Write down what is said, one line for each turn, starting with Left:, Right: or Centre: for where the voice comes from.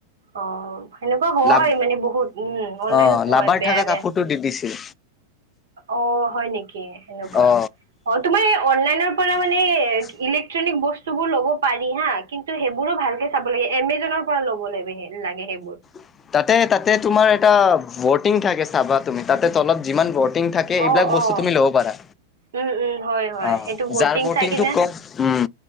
Right: অ'হ সেনেকুৱা হয়
Left: লাভ
Right: মানে বহুত, উম' অনলাইনত
Left: অ
Right: হয়
Left: লাভাৰ
Right: বেয়া
Left: থকা
Right: বেয়া-
Left: কাপোৰটো দি দিছিল
Right: অহ হয় নেকি এনেকুৱা,
Left: অ
Right: অ তোমাৰ অনলাইনৰ পৰা মানে
Left: উ <unintelligible>
Right: <unintelligible> ইলেক্ট্ৰনিক বস্তুবোৰ ল'ব পাৰি হা কিন্তু সেইবোৰো ভালকে চাব লাগে এমেজনৰ পৰা ল'ব লাগে হে <unintelligible> লাগে সেইবোৰ
Left: <unintelligible> তাতে-তাতে তোমাৰ এটা বটিং থাকে চাবা তুমি তাতে তলত <unintelligible> যিমান বৰ্টিং থাকে এইবিলাক
Right: অ',
Left: বস্তু
Right: অ',
Left: তুমি ল'ব পাৰা
Right: উম, উম, হয় হয়
Left: অহ
Right: সেইটো বটিং
Left: যাৰ বটিংটো
Right: চাই কিনে
Left: কম উম